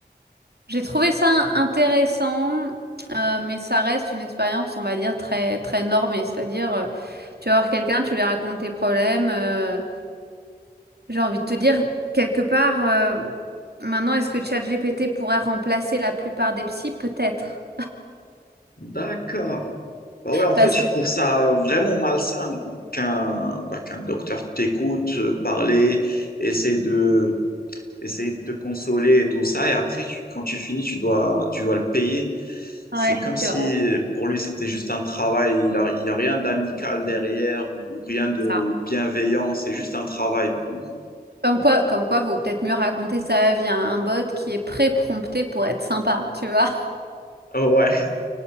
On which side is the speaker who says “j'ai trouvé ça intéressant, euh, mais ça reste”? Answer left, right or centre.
Right